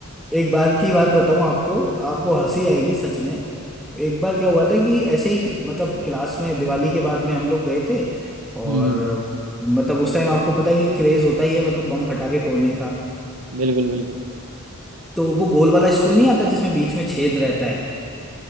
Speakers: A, in the centre; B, on the right (about 85°).
A: एक बार की बात बताऊं आपको आपको हंसी आएगी सच में एक बार क्या हुआ था कि ऐसे ही मतलब क्लास में दिवाली के बाद में हम लोग गए थे और
B: हम्म,
A: मतलब उस टाइम आपको पता है कि क्रेज होता ही है मतलब बम फटाके फोड़ने का
B: बिल्कुल बिल्कुल
A: तो वो गोल वाला स्टूल नहीं आता जिसमें बीच में छेद रहता है